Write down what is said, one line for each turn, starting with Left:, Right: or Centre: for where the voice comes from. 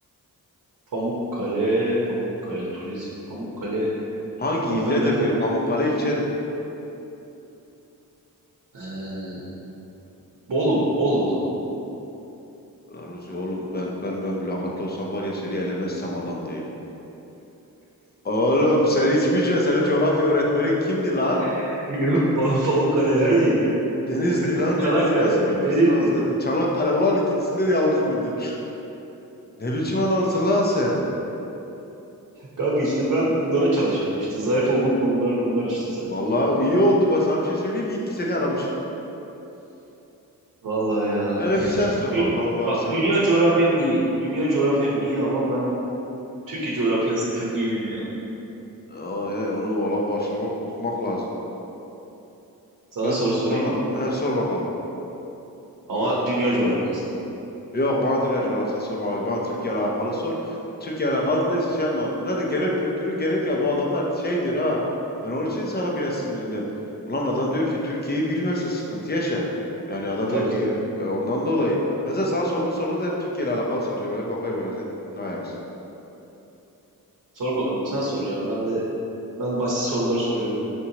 Right: Pamukkale, Pamukkale Turizm. Pamukkale,
Left: Hangi
Right: Pamukkale
Left: ildedir
Right: nereden?
Left: diyor. Pamukkale ilçedir.
Right: Ee, Bolu, Bolu o zaman.
Left: Ulan Ruzi oğlum ben ben ben mülakatlı olsam var ya seni elemezsem adam değilim. Oğlum sen hiç mi co- senin coğrafya öğretmeni kimdi lan?
Right: <laughs> Yok, Pa- Pamukkale
Left: <laughs>
Right: neredeydi ya?
Left: Denizli lan
Right: Çanakkale,
Left: Denizli nasıl bilmezsin
Right: Denizli.
Left: anasını? Çanakkale ulan ikincisinde de yanlış bildin. Ne biçim adamsın lan sen?
Right: Kanka işte ben bunlara çalışıyordum işte. Zayıf olduğum konular bunlar işte zaten.
Left: Vallahi iyi oldu. Ben sana bir şey söyleyeyim mi? İyi ki seni aramışım.
Right: Vallahi ya.
Left: Hele bir sen sor
Right: Dün,
Left: bakalım varsa.
Right: bak dünya coğrafyam iyi. Dünya coğrafyam iyi ama ben Türkiye coğrafyasını çok iyi bilmiyorum.
Left: Ay, ay, onu valla başlamak okumak lazım.
Right: Sana
Left: Ben
Right: soru sorayım
Left: sana
Right: mı?
Left: he, sor bakalım.
Right: Ama dünya coğrafyasından.
Left: Yok bana dünya coğrafyası sorma abi. Bana Türkiye ile alakalı sor. Türkiye ile alakalı değilse şey yapma. Zaten genel kültürü genellikle bu adamlar şey diyor ha. Ben onun için sana biraz sinirlendim. Ulan adam diyor ki Türkiye'yi bilmezse sıkıntı yaşar. Yani adam
Right: Tabii
Left: diyor ki
Right: tabii. tabii.
Left: e, ondan dolayı. Mesela sana sorduğu soruda da hep Türkiye ile alakalı soracağım. Böyle bir bakayım böyle sen ne ayaksın.
Right: Sor bakalım sen sor ya. Ben de ben basit sorular soruyorum.